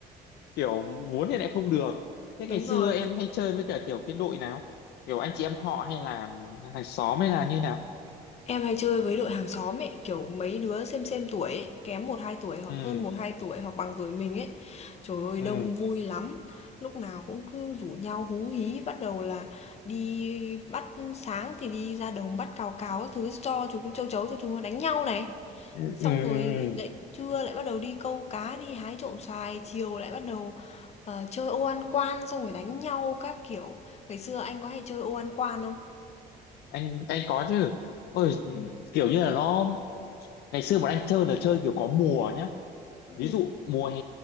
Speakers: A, on the left (about 75°); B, on the left (about 40°).
A: kiểu muốn thì lại không được thế
B: <laughs> Đúng
A: ngày xưa
B: rồi.
A: em hay chơi với cả kiểu cái đội nào kiểu anh chị em họ hay là hàng xóm hay là như nào
B: Em hay chơi với đội hàng xóm ấy, kiểu, mấy đứa xem xem tuổi ấy, kém một hai tuổi hoặc
A: ừ
B: hơn một hai tuổi hoặc bằng tuổi mình ấy. Trời ơi,
A: ừ
B: đông vui lắm, lúc nào cũng cứ rủ nhau hú hí, bắt đầu là đi bắt sáng thì đi ra đồng bắt cào cào các thứ cho chúng châu chấu cho chúng nó đánh nhau này.
A: ừ
B: Xong
A: ừ ừ
B: rồi
A: ừ.
B: lại trưa lại bắt đầu đi câu cá, đi hái trộm xoài, chiều lại bắt đầu ờ, chơi ô ăn quan xong rồi đánh nhau các kiểu. Ngày xưa anh có hay chơi ô ăn quan không?
A: anh anh có chứ ôi
B: Ừ.
A: kiểu như là nó ngày xưa bọn anh chơi là chơi kiểu có mùa nhá
B: Ừ.
A: ví dụ mùa hè